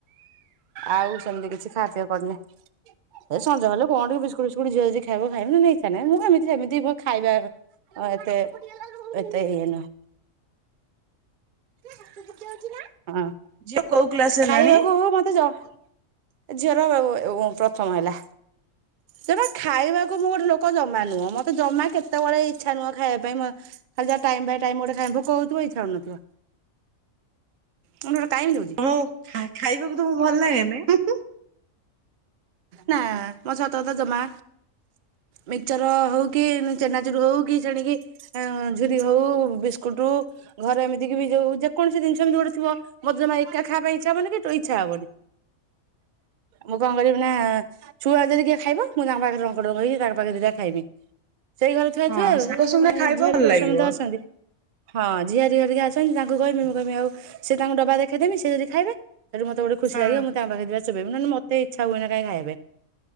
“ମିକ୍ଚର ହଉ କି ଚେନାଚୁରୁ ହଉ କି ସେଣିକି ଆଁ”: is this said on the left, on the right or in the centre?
Right